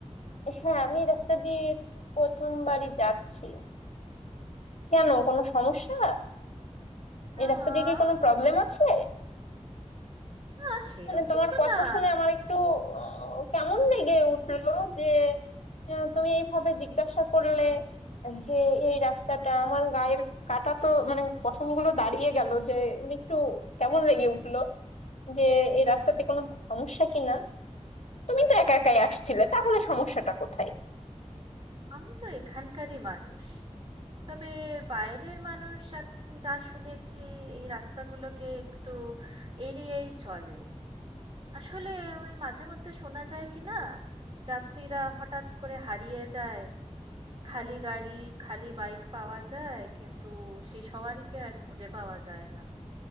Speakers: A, on the left; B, on the right.
A: হ্যাঁ আমি এই রাস্তা দিয়ে প্রথমবারই যাচ্ছি কেন কোনো সমস্যা
B: না,
A: এই রাস্তা দিয়ে কি কোনো প্রবলেম আছে
B: না সেরম
A: মানে
B: কিছু
A: তোমার কথা
B: না।
A: শুনে আমার একটু আহ, কেমন লেগে উঠলো যে আহ, তুমি এইভাবে জিজ্ঞাসা করলে যে এই রাস্তাটা আমার গায়ের কাটা তো মানে পশমগুলো দাঁড়িয়ে গেল যে একটু কেমন লেগে উঠলো যে এই রাস্তাতে কোনো সমস্যা কিনা তুমি তো একা একাই আসছিলে তাহলে সমস্যাটা কোথায়
B: আমি তো এখানকারই মানুষ। তবে বাইরের মানুষ এক- যা শুনেছি এই রাস্তাগুলোকে একটু এড়িয়েই চলে। আসলে ওই মাঝে মধ্যে শোনা যায় কি না, যাত্রীরা হঠাৎ করে হারিয়ে যায়। খালি গাড়ি, খালি বাইক পাওয়া যায়, কিন্তু সেই সওয়ারিকে আর খুঁজে পাওয়া যায় না।